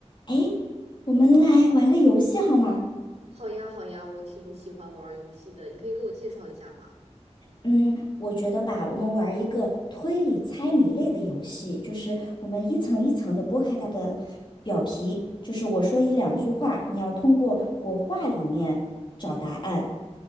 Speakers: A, on the left; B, on the right.
A: 哎，我们来玩个游戏好吗？
B: 好呀，好呀，我挺喜欢玩儿游戏的，你可以给我介绍一下吗？
A: 嗯，我觉得吧，我们玩一个推理猜谜类的游戏，就是我们一层一层的剥开它的表皮，就是我说一两句话，你要通过我话里面找答案，